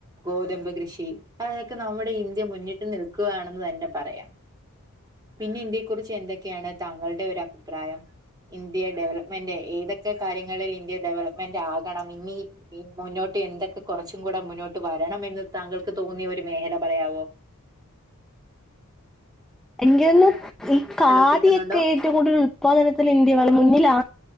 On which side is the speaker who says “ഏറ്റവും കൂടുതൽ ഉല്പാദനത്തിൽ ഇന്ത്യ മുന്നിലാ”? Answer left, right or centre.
Centre